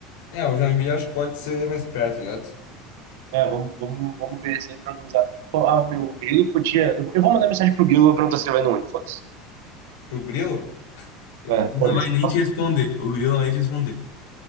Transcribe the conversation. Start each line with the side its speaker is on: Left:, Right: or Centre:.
Left: É, o Joinville acho que pode ser mais perto, ligado?
Right: É, vamos, vamos, vamos ver esses aí pra organizar. Pô, ah, o meu Grilo podia. Eu, vou- eu vou mandar mensagem pro Grilo, eu vou perguntar se ele vai no Uni, foda-se.
Left: Pro Grilo?
Right: É,
Left: Não
Right: foda-se.
Left: vai nem te responder. O Grilo não vai nem te responder.